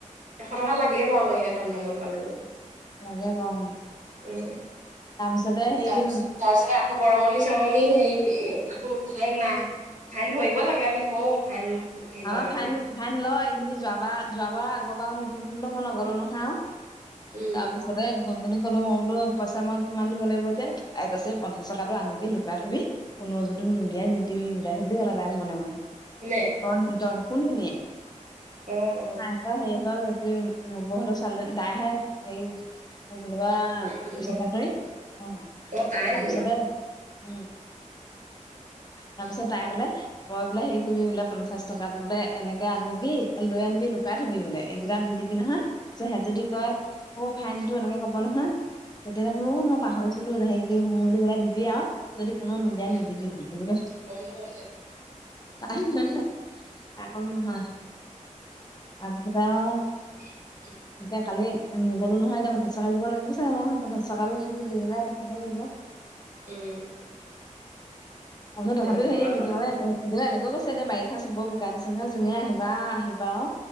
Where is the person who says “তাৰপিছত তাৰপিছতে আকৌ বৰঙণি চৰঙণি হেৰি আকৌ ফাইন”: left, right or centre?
Right